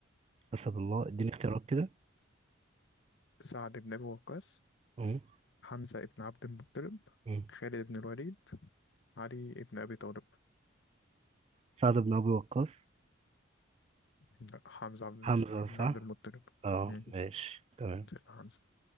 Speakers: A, on the right (about 30°); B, on the left (about 65°).
A: اسد الله اديني اختيارات كده
B: سعد بن أبي وقاص
A: امم
B: حمزة بن عبد المطلب
A: امم
B: خالد بن الوليد علي بن أبي طالب
A: سعد بن ابي وقاص
B: لا حمزة عبد
A: حمزة صح
B: بن عبد المطلب
A: اه
B: مم،
A: ماشي تمام
B: سيدنا حمزة